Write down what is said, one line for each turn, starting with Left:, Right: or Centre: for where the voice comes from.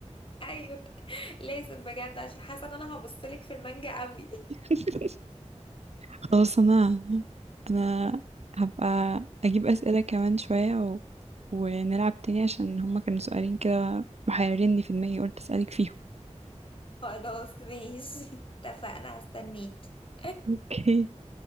Left: أيوه لازم بجد عشان حاسة إن أنا هبصلك في المانجا قوي
Right: <laughs> خلاص انا انا هبقى اجيب اسئله كمان شويه و... ونلعب تاني عشان هما كانوا سؤالين كده محيريني في دماغي قلت اسالك فيهم
Left: خلاص ماشي اتفقنا هستنيك <laughs>
Right: <laughs> اوكي